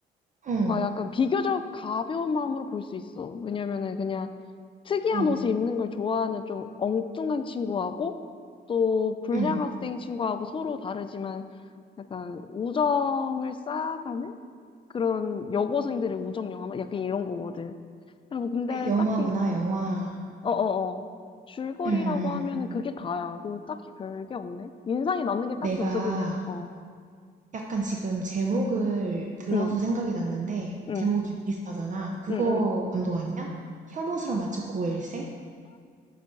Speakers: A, on the right; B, on the left.
A: 응,
B: 가 약간 비교적 가벼운 마음으로 볼 수 있어. 왜냐면은 그냥 특이한
A: 응,
B: 옷을 입는 걸 좋아하는 좀 엉뚱한 친구하고, 또 불량
A: 응.
B: 학생 친구하고 서로 다르지만, 약간 우정을 쌓아가는 그런 여고생들의 우정 영화 막 약간 이런 거거든. 그리고 뭐 근데
A: 아, 영화구나,
B: 딱히
A: 영화.
B: 어어어 줄거리라고
A: 응, 응.
B: 하면은
A: 응.
B: 그게 다야. 그럼 딱히 별게 없네. 인상이 남는 게 딱히
A: 내가
B: 없어 그냥 어.
A: 약간 지금 제목을 들어서
B: 응.
A: 생각이 났는데
B: 응.
A: 제목이 비슷하잖아. 그거
B: 응. 응.
A: 감독 아니야? 혐오스런 마츠코 일생?